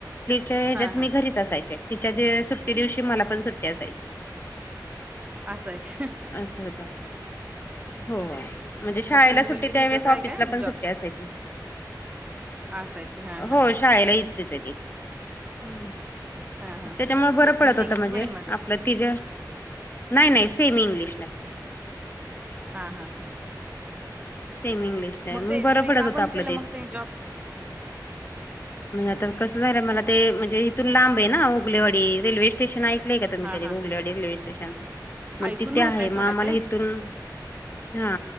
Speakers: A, on the left (about 30°); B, on the right (about 20°).
A: च्यात
B: हा
A: मी
B: हा
A: घरीच असायचे तिच्या सुट्टी दिवशी मला पण सुट्टी असायची.
B: असाच.
A: ता. हो म्हणजे शाळेला
B: मग तुमची
A: सुट्टी
B: मुलगी
A: त्यावेळेस
B: तिथंच आहे
A: ऑफिसला
B: काय
A: पण
B: जॉ
A: सुट्टी असायची.
B: असायची हा हा
A: हो
B: हा
A: शाळेला येतच आहे ती. ह्
B: हा हा
A: त्याच्यामुळे
B: हा
A: बरं
B: इ
A: पडत होतं
B: इंग्लिश
A: म्हणजे
B: मिडियम मध्ये
A: आपलं. ति नाही नाही सेम इंग्लिशला.
B: हा हा हा.
A: सेम इंग्लिशला मग
B: ते
A: बर
B: तुम्ही
A: पडत
B: का
A: होत
B: बंद
A: आपलं
B: केलं
A: ते.
B: मग जॉब
A: म्हणजे आता कसं झालं मला ते म्हणजे इथून लांब आहे ना उगलेवाडी रेल्वे स्टेन ऐक. का तुम्ही
B: हा
A: कधी
B: हा
A: घोलेडी
B: हा
A: रेल्वे स्टेशन मग
B: ऐकून
A: तिथे
B: माहित
A: आहे मग
B: सोडा
A: आम्हाला
B: ते
A: इथून. हा